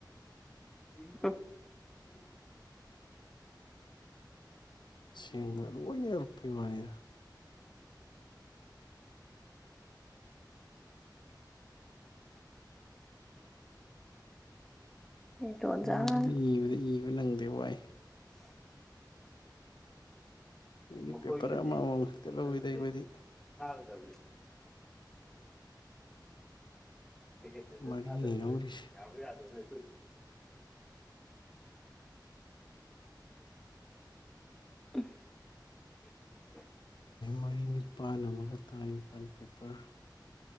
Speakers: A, in the centre; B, on the left (about 75°).
A: <inaudible>
B: ꯁꯦꯡꯕ ꯂꯣꯏꯅ ꯌꯎꯔꯛꯄꯩ ꯋꯥꯅꯤꯗ
A: ꯇꯣꯟꯖꯥꯅ
B: ꯏꯕꯗꯤ ꯏꯕꯗꯤ ꯏꯕ ꯅꯪꯗꯦ ꯋꯥꯏ ꯃꯣꯏꯗꯤ
A: ꯃꯈꯣꯏꯅꯗꯤ
B: ꯄꯦꯄꯔ ꯑꯃ ꯑꯃꯃꯝ
A: ꯄꯨꯨ
B: ꯈꯛꯇ
A: ꯄꯨꯒꯗꯕ
B: ꯂꯧꯋꯤꯗ
A: ꯅꯠꯇꯦ
B: ꯑꯩꯈꯣꯏꯗꯤ
A: ꯊꯥꯒꯗꯕꯅꯦꯕ ꯀꯦ
B: ꯃꯔꯤꯅꯤ
A: ꯊꯥꯗ
B: ꯂꯧꯔꯤꯁꯦ
A: ꯌꯥꯕ ꯌꯥꯗꯁꯦ <unintelligible>
B: ꯃꯔꯤ ꯅꯤꯄꯥꯜ ꯑꯃꯒ ꯇꯔꯥꯅꯤꯄꯥꯜ ꯄꯦꯄꯔ